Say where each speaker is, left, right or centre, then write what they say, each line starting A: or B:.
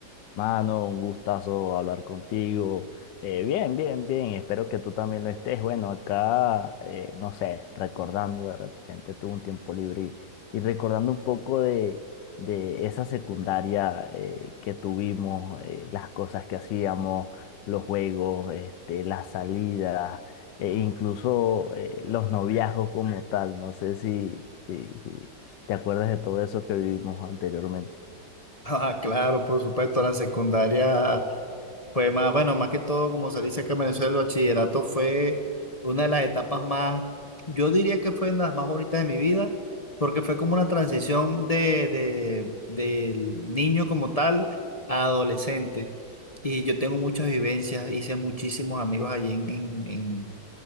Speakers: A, on the left (about 70°); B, on the left (about 20°).
A: Mano, un gustazo hablar contigo. Eh, bien, bien, bien. Espero que tú también lo estés. Bueno, acá, eh, no sé, recordando, de repente tuve un tiempo libre y, y recordando un poco de, de esa secundaria eh, que tuvimos, eh, las cosas que hacíamos, los juegos, este, las salidas, e incluso eh, los noviazgos como tal. No sé si, si, si te acuerdas de todo eso que vivimos anteriormente.
B: Ah, claro, por supuesto, la secundaria fue más, bueno, más que todo, como se dice que en Venezuela el bachillerato fue una de las etapas más, yo diría que fue de las más bonitas de mi vida, porque fue como una transición de, de, del niño como tal a adolescente. Y yo tengo muchas vivencias, hice muchísimos amigos allí en, en,